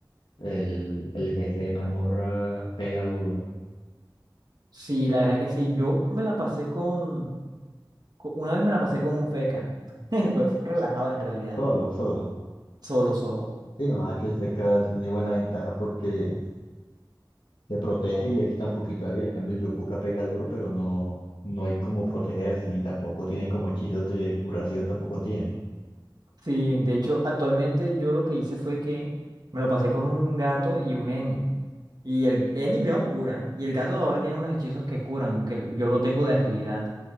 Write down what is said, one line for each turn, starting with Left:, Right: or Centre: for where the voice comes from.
Left: el, el jefe de mazmorra pega duro.
Right: sí, la verdad que sí. Yo me la pasé con, co- una vez me la pasé con un feca. <laughs> Fue relajado en realidad.
Left: Solo, solo.
Right: Solo, solo.
Left: Sí, no, aquí el Seca tiene buena ventaja porque te protege y le quita un poquito de vida. En cambio, el Yopuka pega duro, pero no, no hay como protegerse y tampoco tiene como hechizos de curación, tampoco tiene.
Right: Sí, de hecho, actualmente yo lo que hice fue que me lo pasé con un gato y un Eni. Y el Eni primero cura. Y el gato ahora tiene unos hechizos que curan, porque el- yo lo tengo de agilidad.